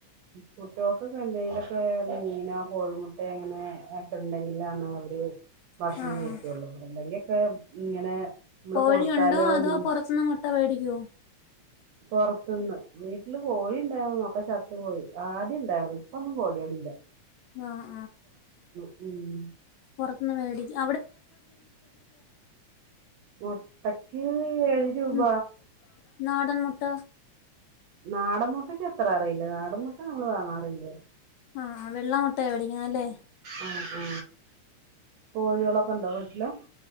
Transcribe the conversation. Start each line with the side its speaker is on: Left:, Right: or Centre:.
Right: കുട്ടികോക്കെ എന്തെിലൊക്കെ മീനോ കോഴിമുട്ടയൊ അങ്ങനെ ഒക്കെ ഉണ്ടെങ്കില അവരെ ഭക്ഷണം
Left: ആഹ്
Right: കഴിക്കുള്ളൂ ഉണ്ടാക്കിപ്പോ ഇങ്ങനെ- നമ്മള്
Left: കോഴിയുണ്ടോ
Right: കൊടുത്താലും അത്
Left: അതോ പൊറത്തുന്നെ മുട്ട മേടിക്കോ
Right: പൊറത്തുന്ന് വീട്ടില് കോഴി ഉണ്ടായിരുന്നുഒക്കെ ചത്തുപോയി ആദ്യം ഉണ്ടായിരുന്നു ഇപ്പൊന്നും കോഴികളികളില്ല.
Left: ആഹ്
Right: ഉം
Left: പോർതിന്ന് വേടിക്കും
Right: മുട്ടക്ക് ഏഴ് രൂപ
Left: ഉം നാടൻ മുട്ട
Right: നാടൻ മുട്ടക്ക് എത്ര അറിയില്ല നാടൻ മുട്ട നമ്മള് വാങ്ങാറില്ല
Left: ആഹ വെള്ളാ മുട്ട യാ മേടിക്കുന്ന അ ല്ലേ
Right: ഉ ഉ കോഴികളൊക്കെ ഇണ്ടോ വീട്ടില്